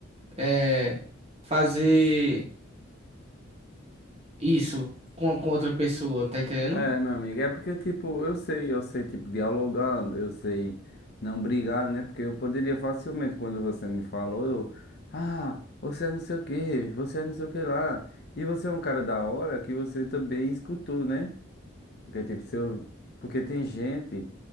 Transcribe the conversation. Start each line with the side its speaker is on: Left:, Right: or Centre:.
Right: é, fazer. Isso, com, com outra pessoa, tá entendendo?
Left: É, meu amigo, é porque, tipo, eu sei, eu sei, tipo, dialogar, eu sei não brigar, né? Porque eu poderia facilmente, quando você me falou, eu, ah, você é não sei o quê, você é não sei o que lá. E você é um cara da hora que você também escutou, né? Porque, tipo, se eu... Porque tem gente